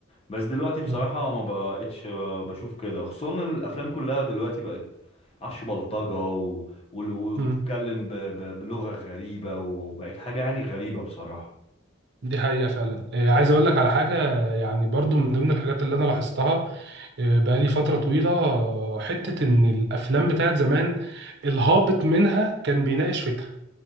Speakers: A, on the left; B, on the right.
A: بس دلوقتي بصراحة
B: مم.
A: ما بقتش آه، بشوف كده خصوصا ان الافلام كلها دلوقتي بقت عش بلطجة و... وال- وتتكلم
B: مم.
A: ب... ب... بلغة غريبة وبقت حاجة يعني غريبة بصراحة
B: دي حقيقة فعلا آه، عايز اقول لك على حاجة يعني برضو من ضمن الحاجات اللي انا لاحظتها بقالي فترة طويلة حتة إن الأفلام بتاعت زمان الهابط منها كان بيناقش فكرة